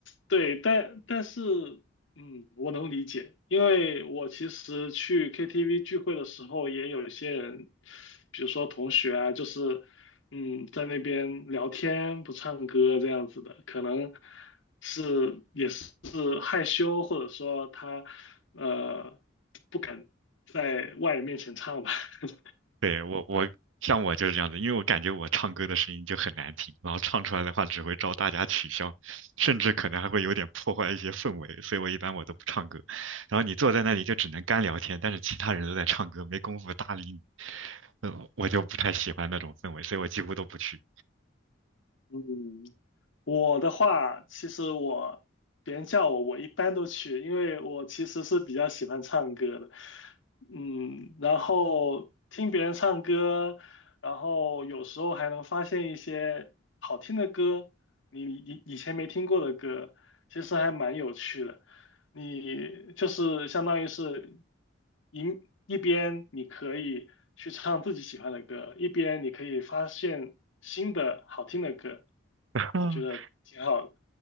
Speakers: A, on the left; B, on the right.
A: 对，但但是我能理解，因为我其实去 KTV 聚会的时候，也有一些人，比如说同学啊，就是嗯，在那边聊天不唱歌这样子的，可能是也是害羞，或者说他呃不敢在外人面前唱吧。<laughs>
B: 对，我我像我就是这样子，因为我感觉我唱歌的声音就很难听，然后唱出来的话只会招大家取笑，甚至可能还会有点破坏一些氛围，所以我一般我都不唱歌。然后你坐在那里就只能干聊天，但是其他人都在唱歌，没工夫搭理你。嗯，我就不太喜欢那种氛围，所以我几乎都不去。
A: 嗯，我的话，其实我别人叫我，我一般都去，因为我其实是比较喜欢唱歌的。嗯，然后听别人唱歌，然后有时候还能发现一些好听的歌，你你以以前没听过的歌，其实还蛮有趣的。你就是相当于是一一边你可以去唱自己喜欢的歌，一边你可以发现新的好听的歌，
B: <laughs>
A: 我觉得挺好的。